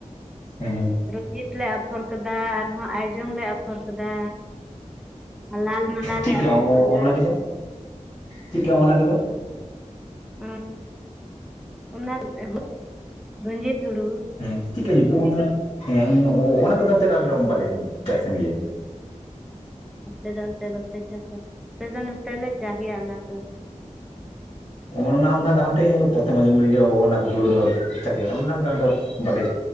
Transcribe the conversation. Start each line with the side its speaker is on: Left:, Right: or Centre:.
Left: ᱦᱮᱸ ᱦᱮᱸ᱾
Centre: ᱨᱚᱧᱡᱤᱛ ᱞᱮ ᱟᱯᱷᱚᱨ ᱠᱟᱫᱟ ᱟᱨᱦᱚᱸ ᱟᱭᱡᱚᱝ ᱞᱮ ᱟᱯᱷᱚᱨ ᱠᱟᱫᱟ, ᱞᱟᱞ ᱢᱟᱞᱟ
Left: ᱪᱮᱫ
Centre: ᱞᱮ
Left: ᱠᱚ
Centre: ᱟᱯᱷᱚᱨ ᱠᱟᱫᱟ
Left: ᱚᱻᱚᱱᱟ ᱠᱚᱫᱚ ᱪᱮᱠᱟ ᱚᱱᱟ ᱠᱚᱫᱚ,
Centre: ᱦᱩᱸ, ᱚᱱᱟ ᱠᱚ <inaudible> ᱨᱚᱧᱡᱤᱛ ᱦᱩᱲᱩ᱾
Left: ᱦᱮᱸ ᱪᱮᱫᱠᱟ ᱧᱩᱛᱩᱢ ᱦᱮᱸ ᱚᱱᱟ ᱠᱚᱫᱚ ᱱᱚᱱᱛᱮ ᱟᱞᱮ ᱵᱟᱞᱮ ᱪᱟᱥᱮᱱ ᱜᱮᱭᱟ᱾
Centre: ᱟᱯᱮ ᱫᱚ ᱚᱱᱛᱮ ᱵᱟᱯᱮ ᱪᱟᱥᱟ ᱟᱞᱮ ᱫᱚ ᱱᱚᱛᱮ ᱞᱮ ᱪᱟᱥ ᱜᱮᱭᱟ ᱚᱱᱟ ᱫᱚ᱾
Left: ᱚᱱᱟ ᱚᱱᱟ ᱫᱚ ᱟᱢ ᱴᱷᱮᱱ ᱯᱨᱚᱛᱚᱢ ᱟᱸᱡᱚᱢ ᱦᱩᱭ ᱱᱟ ᱡᱮ ᱚᱱᱟ ᱦᱩᱲᱩ ᱱᱚᱝᱠᱟ ᱠᱚ ᱪᱟᱥ ᱜᱮᱭᱟ ᱚᱱᱟ ᱠᱚᱫᱚ ᱟᱫᱚ, ᱵᱟᱞᱮ